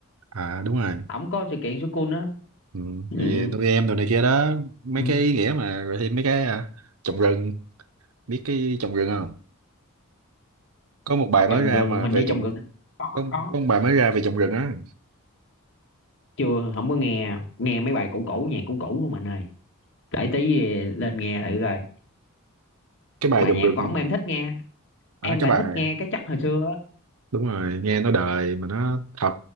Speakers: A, on the right; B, on the left.
A: à đúng rồi
B: ổng có sự kiện sữa cool nữa
A: ừ,
B: ừ.
A: thì nuôi em đồ này kia đó mấy
B: ừ.
A: cái ý nghĩa mà rồi thêm mấy cái à, trồng rừng biết cái trồng rừng không có một bài mới
B: trồng
A: ra
B: gừng
A: mà
B: hình
A: về
B: như
A: trồng
B: trồng gừng có
A: có,
B: có
A: có một bài mới ra về trồng rừng á
B: chưa không có nghe nghe mấy bài cũ cũ nhạc cũ cũ của mình ơi để tí về lên nghe thử coi
A: cái bài
B: mà
A: trồng
B: nhạc
A: rừng
B: võng em thích nghe em
A: à cái
B: lại
A: bài
B: thích nghe cái chất hồi xưa á
A: đúng rồi nghe nó đời mà nó thật